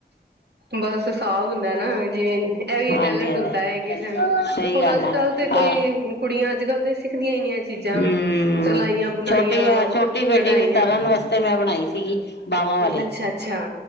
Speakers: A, on the right; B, on the left.
A: ਬਸ ਸਾਬ ਹੁੰਦਾ ਨਾ ਜਿਵੇਂ ਇਹ ਵੀ
B: ਹਾਂਜੀ
A: ਟੈਲੈਂਟ
B: ਹਾਂਜੀ
A: ਹੁੰਦਾ ਹੈ ਕਿਸੇ ਨੂੰ
B: ਸਹੀ
A: ਹੁਣ
B: ਗੱਲ
A: ਅੱਜ
B: ਆ
A: ਕੱਲ ਤੇ ਕੋਈ
B: ਆ
A: ਕੁੜੀਆਂ ਅੱਜ ਕੱਲ ਤੇ ਸਿੱਖਦੀਆਂ ਹੀ ਨੀ ਆਂ ਚੀਜ਼ਾਂ
B: ਹੂੰ
A: ਸਲਾਈਆਂ, ਬੁਣਾਈਆਂ,
B: ਛੋਟੀ ਛੋਟੀ ਬੇਟੀ
A: ਕਢਾਈਆਂ
B: ਦੀ ਤਰਨ ਵਾਸਤੇ ਮੈਂ ਬਣਾਈ ਸੀਗੀ ਬਾਹਵਾਂ ਵਾਲੀ
A: ਅੱਛਾ-ਅੱਛਾ।